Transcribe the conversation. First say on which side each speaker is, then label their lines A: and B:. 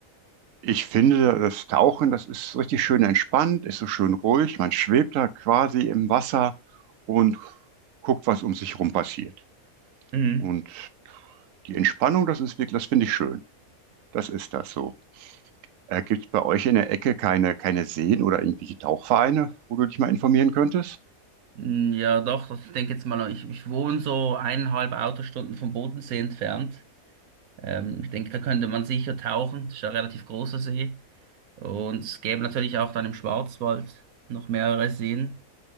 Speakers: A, on the right; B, on the right.
A: ich finde, das Tauchen, das ist richtig schön entspannt, ist so schön ruhig. Man schwebt da quasi im Wasser und guckt, was um sich rum passiert.
B: Mhm.
A: Und die Entspannung, das ist wirklich, das finde ich schön. Das ist das so. Äh, gibt es bei euch in der Ecke keine, keine Seen oder irgendwelche Tauchvereine, wo du dich mal informieren könntest?
B: Mm, Ja, doch, das- ich denke jetzt mal, ich, ich wohne so eineinhalb Autostunden vom Bodensee entfernt. Ähm, ich denke, da könnte man sicher tauchen. Das ist ja ein relativ großer See. Und es gäbe natürlich auch dann im Schwarzwald noch mehrere Seen.